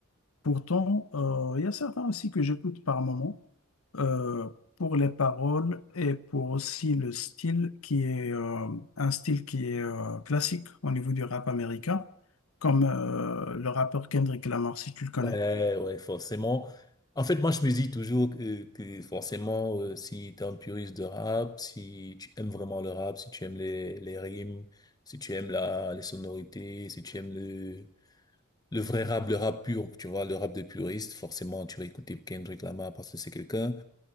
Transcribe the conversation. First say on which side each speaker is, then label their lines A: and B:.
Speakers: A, on the left (about 85°); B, on the left (about 20°).
A: Pourtant, euh, il y a certains aussi que j'écoute par moment euh, pour les paroles et pour aussi le style qui est euh, un style qui est euh, classique au niveau du rap américain, comme euh, le rappeur Kendrick Lamar, si tu le connais.
B: ouais, ouais, forcément. En fait, moi, je me dis toujours que, que forcément, euh, si t'es un puriste de rap, si tu aimes vraiment le rap, si tu aimes les, les rimes, si tu aimes la, les sonorités, si tu aimes le, Le vrai rap, le rap pur, tu vois, le rap de puriste, forcément, tu vas écouter Kendrick Lamar parce que c'est quelqu'un